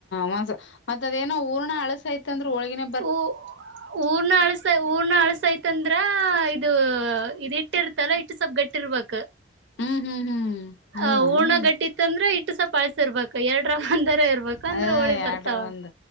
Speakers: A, on the left (about 70°); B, on the right (about 70°).
A: ಮಸ ಮತ್ತತ್ ಅದೇನೋ ಊರಣ ಅಳಸೈತ ಅಂದ್ರೆ ಒಳಗಿನ
B: ಊ ಊರ್ನ ಅಳ್ಸ ಊರ್ನ ಅಳ್ಸ ಂದ್ರ ಇದು ಇದ್ ಇಟ್ಟಿ ಇರ್ತಲ್ಲ ಇಟ್ಟು ಸ್ವಪ್ ಗಟ್ಟಿ ಇರ್ಬೇಕ
A: ಹ್ಮ್ ಹ್ಮ್ ಹ್ಮ್ ಹೌದಾ
B: ಅ ಹಊಣ ಗಟ್ಟಿತ್ತ ಅಂದ್ರೆ ಇಟ್ಟು ಸವಪ ಅಳ್ಸಿರ್ಬೇಕಕ್ ಎರಡರ ಇರ್ಬೇಕು
A: ಹ
B: ಅಂದ್ರ ಹೋಳಿ ಬರ್ತಾವ
A: ಎಡ್ರ ಒಂದ